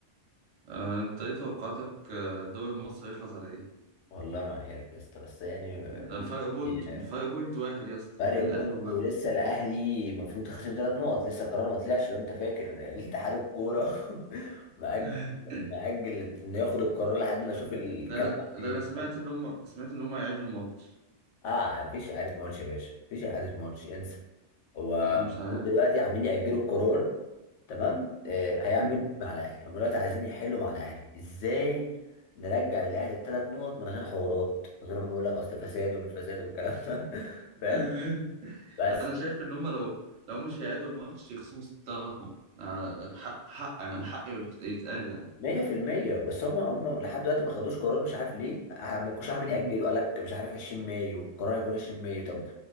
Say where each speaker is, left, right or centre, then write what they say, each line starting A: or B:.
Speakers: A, on the right (about 70°); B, on the left (about 80°).
A: آه، انت ايه توقعاتك آه، الدوري المصري يخلص على ايه؟
B: والله ما عارف يا اسطى بس يعني دلوقتي
A: آه، فرق بوينت فرق بوينت واحد يا اسطى
B: فرق
A: بين الاهلي
B: نقطة
A: وبيراميدز
B: ولسه الاهلي المفروض خصم ثلاث نقط لسه القرار ما طلعش لو انت فاكر الاتحاد الكوره <laughs> مأجل
A: <laughs>
B: مأجل انه ياخد القرار لحد ما اشوف الكلام
A: ده انا
B: عن ايه
A: ده انا سمعت ان هم سمعت ان هم هيعيدوا الماتش
B: اه يعني مفيش اعاده ماتش يا باشا مفيش اعاده ماتش انسى هو
A: انا مش
B: طب المفروض
A: عارف
B: دلوقتي عاملين يأجلوا القرار تمام آه هيعملوا
A: امم
B: إيه مع الاهلي هم دلوقتي عايزين يحلوا مع الاهلي ازاي نرجع للاهلي الثلاث نقط من غير حوارات من غير ما نقول لك اصل فساد ومش فساد والكلام ده <laughs> فاهم
A: <laughs>
B: بس
A: انا شايف ان هم لو لو مش هيعيدوا الماتش يخصموا ست- تلات نقط آه، حق حق يعني الحق يت- يتقال يعني
B: 100% بس هم هم لحد دلوقتي ما خدوش قرار مش عارف ليه آه، ما يكونش عامل
A: امم
B: يأجلوا قال لك مش عارف 20 مايو القرار هيكون 20 مايو طب